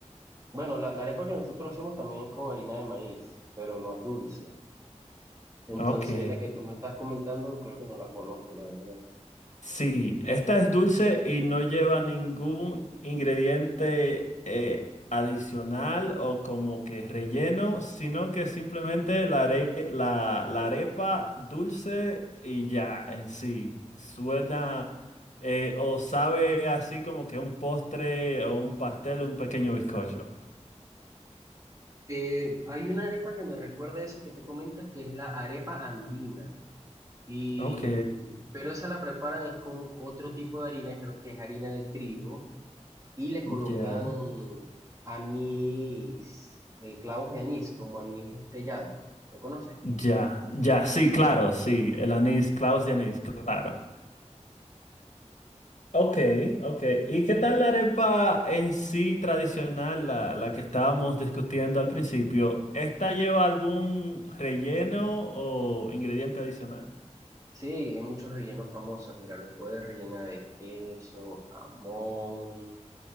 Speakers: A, on the right; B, on the left.
A: Bueno, la, la arepa que nosotros hacemos también es con harina de maíz, pero no es dulce. Entonces,
B: Ok.
A: la que tú me estás comentando, creo que no la conozco, la verdad.
B: Sí, esta es dulce y no lleva ningún ingrediente eh, adicional o como que relleno, sino que simplemente la, are- la, la arepa dulce y ya en sí. Suena eh, o sabe así como que un postre o un pastel o un pequeño bizcocho.
A: Eh, hay una arepa que me recuerda a esa que tú comentas, que es la arepa andina. Y,
B: Ok,
A: pero esa la preparan es con otro tipo de harina, creo que es harina de trigo, y le colocan
B: ya,
A: anís, eh, clavos de anís, como anís estrellado. ¿Lo conoces?
B: ya, ya, sí, claro, sí, el anís, clavos de anís, claro. Ok, ok. ¿Y qué tal la arepa en sí tradicional, la, la que estábamos discutiendo al principio? ¿Esta lleva algún relleno o ingrediente adicional?
A: Sí, hay muchos rellenos famosos. Mira, lo puedes rellenar de queso, jamón,